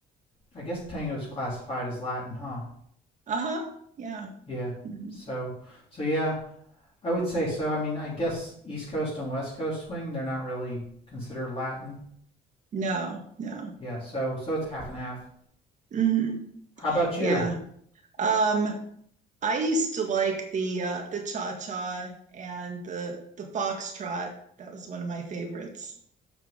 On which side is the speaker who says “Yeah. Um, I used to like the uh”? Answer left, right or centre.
Right